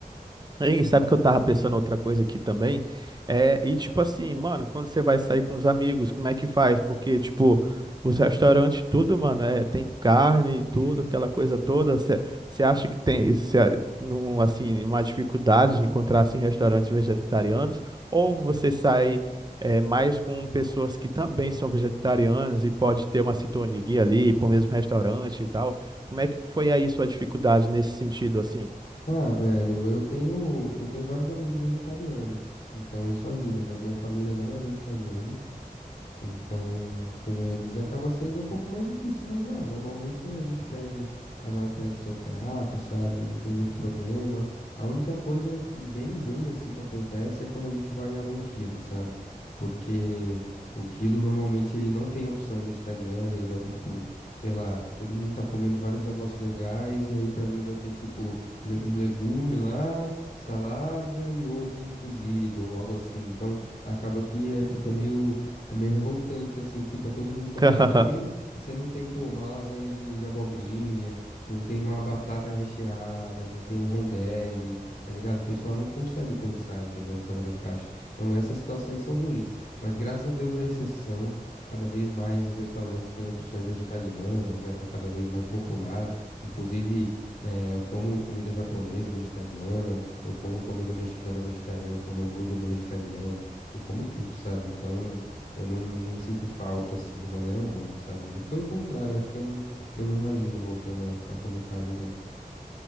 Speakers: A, on the right; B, on the left.
A: Hein, sabe que eu tava pensando outra coisa aqui também? É, e tipo assim, mano, quando você vai sair com os amigos, como é que faz? Porque, tipo, os restaurantes, tudo, mano, é, tem carne e tudo, aquela coisa toda. Você você acha que tem, cê- num, assim, uma dificuldade de encontrar, assim, restaurantes vegetarianos? Ou você sai, é, mais com pessoas que também são vegetarianas e pode ter uma sintonia ali pro mesmo restaurante e tal? Como é que foi aí sua dificuldade nesse sentido, assim?
B: Ah, velho, eu tenho, eu tenho vários amigos vegetarianos, então isso ajuda, mas minha família não é vegetariana. Então, com eles acaba sendo um pouco mais difícil, mas ah, normalmente a gente pede, cada um pede seu prato, sabe? Não tem muito problema. A única coisa bem ruim assim que acontece é quando a gente vai em algum quilo, sabe? Porque o quilo normalmente ele não tem opção vegetariana, ele vai ter tipo, sei lá, todo mundo tá comendo vários negócios legais e aí pra mim vai ter tipo le- um legume lá, salada e ovo cozido ou algo assim. Então, acaba que é que é meio é meio revoltante, assim, porque tá todo mundo comendo
A: <laughs>
B: bem e você não tem, pô, uma lasanha de, de abobrinha, não tem uma batata recheada, não tem um rondelli, tá ligado? O pessoal não consegue pensar, entendeu? Fora da caixa. Então essas situações são ruins, mas graças a Deus é exceção. Cada vez mais os restaurantes têm opções vegetarianas, né? Tá cada vez mais popular. Inclusive, né, eu como comida japonesa vegetariana, eu como comida mexicana vegetariana, como hambúrguer vegetariano, eu como tudo, sabe? Então. Eu não, não sinto falta, assim, de maneira alguma, sabe? Muito pelo contrário, acho que eu não, não me imagino voltando a, a comer carne, não.